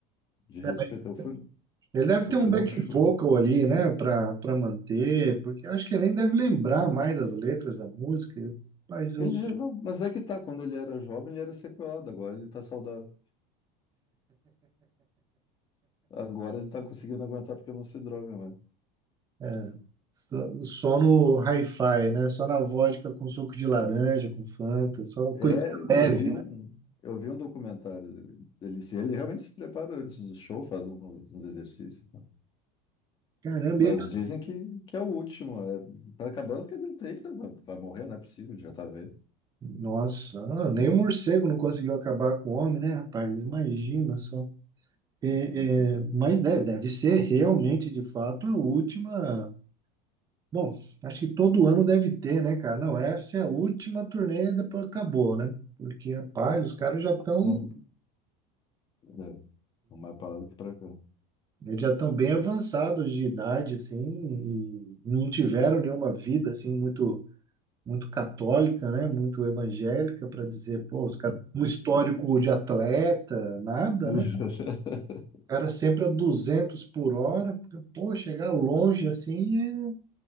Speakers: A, on the left; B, on the right.
A: de respeito.
B: É,
A: Eu fui,
B: Ele deve
A: eu
B: ter
A: fui
B: um back
A: num show.
B: vocal ali, né, pra, pra manter, porque eu acho que ele nem deve lembrar mais as letras da música, mas eu,
A: Ele já, não, mas é que tá, quando ele era jovem, ele era sequelado, agora ele tá saudável. Agora ele tá conseguindo aguentar porque não se droga, mano.
B: é, só, só no hi-fi, né, só na vodka com suco de laranja, com Fanta, só uma
A: É,
B: coisa leve,
A: eu vi um,
B: né?
A: eu vi um documentário. dele. Ele, se- ele realmente se prepara antes do show, faz uns, uns exercícios.
B: Caramba,
A: Mas
B: ele
A: dizem que, que é o último. É, tá acabando porque ele, tá- ele tá- vai, vai morrer, não é possível, já tá velho.
B: Nossa, ah, nem o morcego não conseguiu acabar com o homem, né, rapaz? Imagina só. É, é, mas deve, deve ser realmente, de fato, a última. Bom, acho que todo ano deve ter, né, cara? Não, essa é a última turnê e depois acabou, né? Porque, rapaz, os caras já estão
A: Não, é, não mais pra lá do que pra cá.
B: eles já estão bem avançados de idade, assim, e não tiveram nenhuma vida, assim, muito muito católica, né? Muito evangélica para dizer, pô, os caras, um histórico de atleta, nada,
A: <laughs>
B: né? cara sempre a 200 por hora. Pô, chegar longe assim